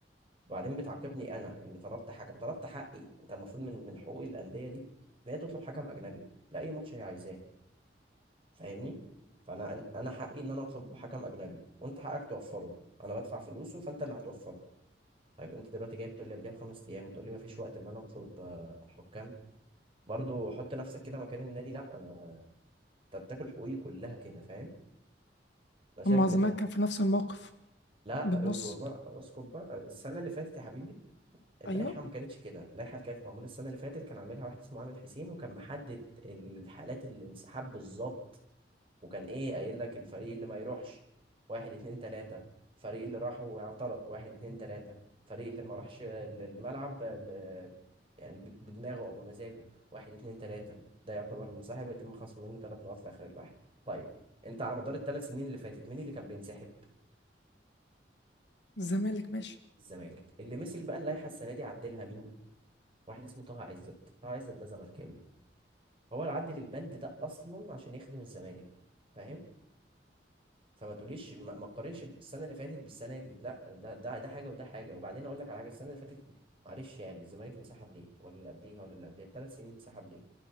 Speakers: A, on the right (about 30°); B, on the left (about 70°).
A: وبعدين بتعاقبني انا اني طلبت حكم طلبت حقي انت المفروض من من حقوق الانديه دي ان هي تطلب حكم اجنبي لاي ماتش هي عايزاه فاهمني فانا انا حقي ان انا اطلب حكم اجنبي وانت حقك توفره انا بدفع فلوسه فانت اللي هتوفره طيب انت دلوقتي جاي بتقول لي قبلها بخمس ايام بتقول لي ما فيش وقت ان انا اطلب آه، حكام برضو حط نفسك كده مكان النادي لا انا انت بتاكل حقوقي كلها كده فاهم انا شايف
B: اما
A: ان
B: الزمالك
A: ده
B: كان في نفس الموقف
A: لا
B: بالنص
A: اصبر بقى اسكت بقى السنه اللي فاتت يا حبيبي اللائحة
B: ايوه
A: ما كانتش كده اللائحة اللي كانت معمولة السنة اللي فاتت كان عاملها واحد اسمه عامر حسين وكان محدد الحالات الانسحاب بالظبط وكان ايه قايل لك الفريق اللي ما يروحش واحد اتنين تلاتة الفريق اللي راح واعترض واحد اتنين تلاتة الفريق اللي ما راحش ال- الملعب ب... ب- يعني ب- بدماغه او بمزاجه واحد اتنين تلاتة ده يعتبر منسحب يتم خصم منه ثلاث نقاط في اخر اللائحة طيب انت على مدار الثلاث سنين اللي فاتت مين اللي كان بينسحب
B: الزمالك ماشي
A: الزمالك اللي مسك بقى اللائحة السنة دي عدلها مين واحد اسمه طه عزت طه عزت ده زملكاوي هو العدل البند ده اصلا عشان يخدم الزمالك فاهم فما تقوليش ما ما تقارنش السنه اللي فاتت بالسنه دي لا ده ده ده حاجه وده حاجه وبعدين اقول لك على حاجه السنه اللي فاتت معلش يعني الزمالك انسحب ليه ولا اللي قبليها ولا اللي قبليها الثلاث سنين انسحب ليه